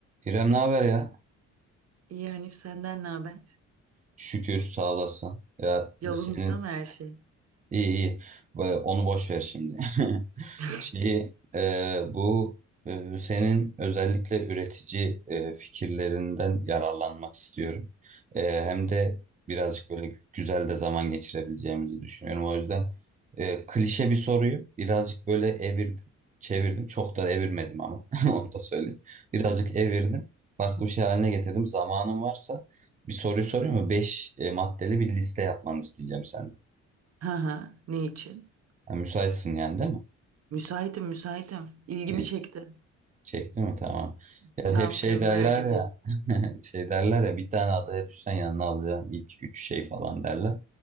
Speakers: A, on the right; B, on the right.
A: İrem ne haber ya?
B: İyi Hanif senden ne haber?
A: Şükür sağ olasın. Ya
B: Yolunda
A: senin
B: mı her şey?
A: İyi iyi. Ba- Onu boş ver şimdi. <laughs>
B: <laughs>
A: Şeyi e, bu e, senin özellikle üretici e, fikirlerinden yararlanmak istiyorum. E, hem de birazcık böyle güzel de zaman geçirebileceğimizi düşünüyorum. O yüzden e, klişe bir soruyu birazcık böyle evirdim, çevirdim. Çok da evirmedim ama <laughs> onu da söyleyeyim. Birazcık evirdim. Farklı bir şey haline getirdim. Zamanın varsa bir soruyu sorayım mı? Beş e, maddeli bir liste yapmanı isteyeceğim senden.
B: Ha ha, ne için?
A: Ha, müsaitsin yani değil mi?
B: Müsaitim müsaitim. İlgimi
A: İyi,
B: çekti.
A: çekti mi? Tamam.
B: Ne
A: Ya hep
B: yapacağız
A: şey derler
B: merak ediyorum.
A: ya <laughs> şey derler ya bir tane adaya düşsen yanına alacağın ilk üç şey falan derler.